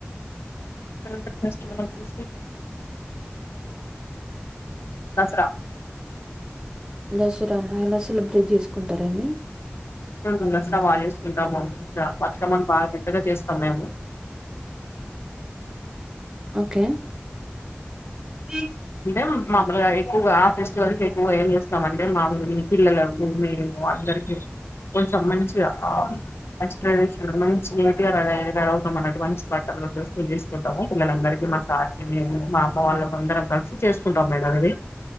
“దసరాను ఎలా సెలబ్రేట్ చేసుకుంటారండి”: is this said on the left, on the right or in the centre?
Right